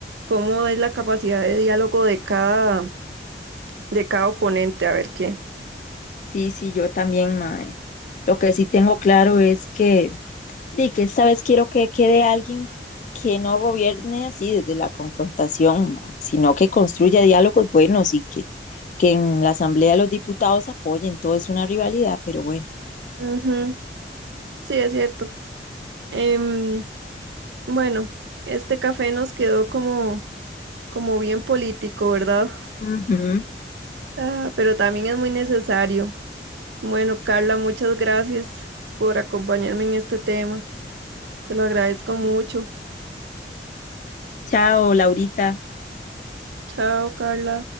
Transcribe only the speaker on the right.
cómo es la capacidad de diálogo de cada, de cada oponente, a ver qué.
Ujú, Sí, es cierto. Em, bueno, este café nos quedó como... como bien político, ¿verdad?
Ah, pero también es muy necesario. Bueno, Carla, muchas gracias por acompañarme en este tema. Se lo agradezco mucho.
Chao, Carla.